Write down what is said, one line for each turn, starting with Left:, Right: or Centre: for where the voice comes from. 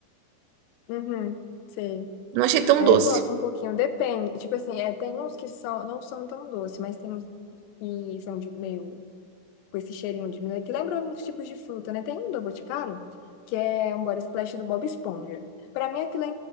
Left: Uhum, sei.
Right: Não achei tão
Left: É,
Right: doce.
Left: eu gosto um pouquinho, depende. Tipo assim, é, tem uns que são, não são tão doces, mas tem uns que são de meio com esse cheirinho de, né, que lembra uns tipos de fruta, né? Tem um do Boticário, que é um body splash do Bob Esponja. Pra mim aquilo é